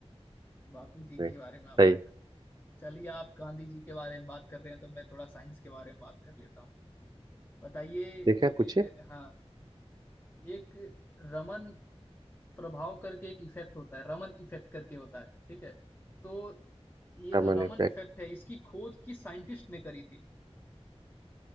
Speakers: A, on the left; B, on the right.
A: बापू जी
B: इसमें?
A: के बारे में आप
B: सही
A: बात कर चलिए आप गांधी जी के बारे में बात कर रहे हैं तो मैं थोड़ा साइंस के बारे में बात कर लेता हूँ बताइए
B: ठीक
A: ए,
B: है पूछिए
A: एक हाँ एक रमन प्रभाव करके एक इफेक्ट होता है रमन इफेक्ट करके होता है ठीक है तो ये
B: सामान्य
A: जो रमन इफेक्ट है इसकी खोज किस साइंटिस्ट ने करी थी